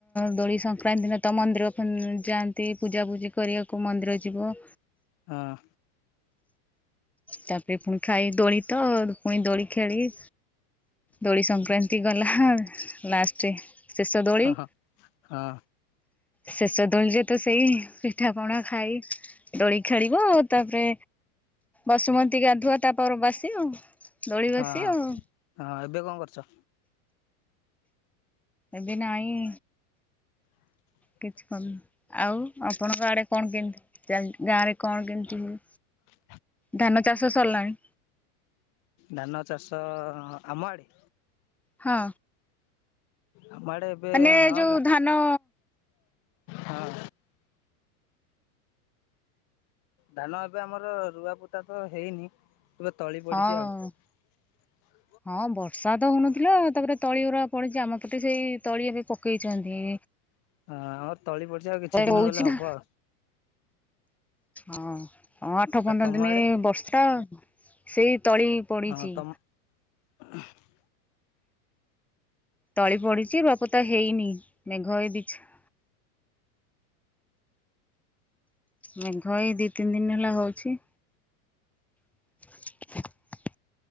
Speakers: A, in the centre; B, on the left.
A: ଦୋଳି ସଂକ୍ରାନ୍ତି ଦିନ ତ ମନ୍ଦିର ଫନ୍ ଯାଆନ୍ତି ପୂଜା ପୂଜି କରିବାକୁ ମନ୍ ମନ୍ଦିର ଯିବ।
B: ହଁ।
A: ତାପରେ ପୁଣି ଖାଇ ଦୋଳି ତ ପୁଣି ଦୋଳି ଖେଳି ଦୋଳି ସଂକ୍ରାନ୍ତି ଗଲା ଲାଷ୍ଟରେ ଶେଷ ଦୋଳି।
B: ହଁ ହଁ।
A: ଶେଷ ଦୋଳିରେ ତ ସେଇ ପିଠାପଣା ଖାଇ ଦୋଳି ଖେଳିବ ଆଉ ତାପରେ ବସୁମତି ଗାଧୁଆ ତାପରେ ବାସି ଆଉ ଦୋଳି
B: ହଁ
A: ବସି ଆଉ
B: ହଁ ଏବେ କଁ କରୁଛ।
A: ଏବେ ନାଇଁ
B: <unintelligible>
A: କିଛି କନ ଆଉ ଆପଣଙ୍କ ଆଡେ କଣ କେମିତି ଚାଲ ଗାଁରେ କଣ କେମିତି ସବୁ
B: ହଁ
A: ଧାନ ଚାଷ ସରିଲାଣି।
B: ଧାନ ଚାଷ ଆମ ଆଡ଼େ?
A: ହଁ।
B: ଆମ ଆଡ଼େ ଏବେ
A: ମାନେ
B: ହଁ
A: ଯୋଉ ଧାନ
B: ହଁ। ଧାନ ଏବେ ଆମର ରୁଆ ପୋତା ତ ହେଇନି। ଏବେ ତଳି ପଡିଚି
A: ହଁ
B: ଆଉ। <unintelligible>
A: ହଁ ବର୍ଷା ତ ହଉନଥିଲା ତାପରେ ତଳି ଗୁର ପଡିଚି। ଆମ ପଟେ ସେଇ ତଳି ଏବେ ପକେଇଛନ୍ତି।
B: ଆ ଆମର ତଳି ପଡିଚି ଆଉ କିଛି ଦିନ
A: ହଉଛି
B: ଗଲେ
A: ନା
B: ହବ।
A: ହଁ, ହଁ ଆଠ ପନ୍ଦର
B: ଆଉ ତମ
A: ଦିନେ
B: ଆଡ଼େ
A: ବର୍ଷା ସେଇ ତଳି ପଡିଚି।
B: ହଁ ତମ <inaudible>
A: ତଳି ପଡିଚି ରୁଆପୋତା ହେଇନି। ମେଘ ଏ ଦିଛା ମେଘ ଏ ଦିଇ ତିନି ଦିନ ହେଲା ହଉଛି। <inaudible>